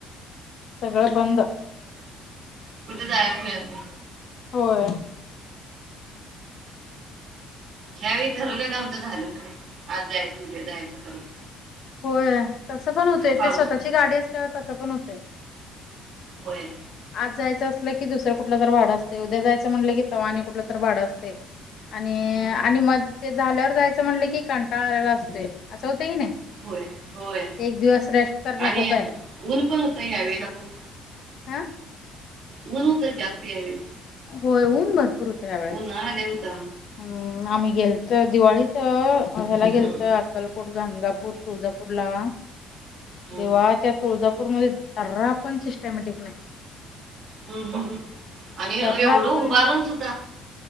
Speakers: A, on the left (about 50°); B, on the right (about 40°).
A: सगळं बंद.
B: कुठं जायला मिळत नाही.
A: होय.
B: ह्यावेळी ठरवलेलं आमचं झालंच नाही, आज जायचं उद्या जायचं करत.
A: होय तसं पण होते,
B: पाऊस
A: ते स्वतःची गाडी असल्यावर तसं पण होतंय.
B: होय.
A: आज जायचं असलं की दुसरं कुठलं तर भाडं असते. उद्या जायचं म्हणलं की तवा आणि कुठलं तर भाडं असतंय. आणि
B: हम्म,
A: आणि मग ते झाल्यावर जायचं म्हणलं, की कंटाळा आलेला असतोय, असं होतं कि नाही?
B: होय होय
A: एक दिवस रेस्ट तर
B: आणि
A: नको काय
B: ऊन पण होतं ह्यावेळीला खूप.
A: आ?
B: ऊन होतं जास्त यावेळी.
A: होय ऊन भरपूर होतं यावेेळेस.
B: उन्हाळा लय होता
A: हम् आम्ही गेलतो दिवाळीत ह्याला
B: हम्म,
A: गेलतो अक्कलकोट, गाणगापूर, तुळजापूरला.
B: हम्म,
A: तेव्हा त्या तुळजापूरमध्ये जरा पण सिस्टमॅटिक नाही.
B: हम्म हम्म हम्म. आणि
A: जरा
B: एवढं उभारून
A: पण
B: सुद्धा,